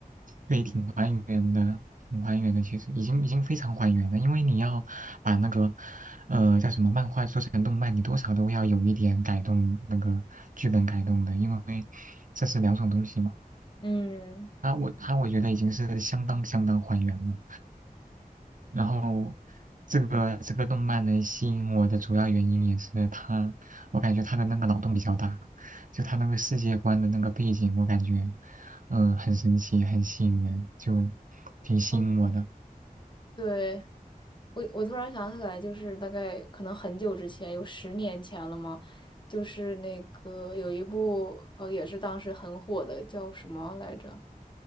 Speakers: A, on the right; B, on the left.
A: 对，挺还原的，挺还原的。其实已经已经非常还原了，因为你要把那个，呃，叫什么漫画做成动漫，你多少都要有一点改动那个剧本改动的，因为这是两种东西嘛。
B: 嗯，
A: 他我他我觉得已经是相当相当还原了。然后这个这个动漫能吸引我的主要原因也是它，我感觉它的那个脑洞比较大，就它那个世界观的那个背景，我感觉嗯、呃很神奇，很吸引人，就挺吸引我的。
B: 嗯对，我我突然想起来，就是大概可能很久之前，有十年前了嘛，就是那个有一部哦，也是当时很火的，叫什么来着？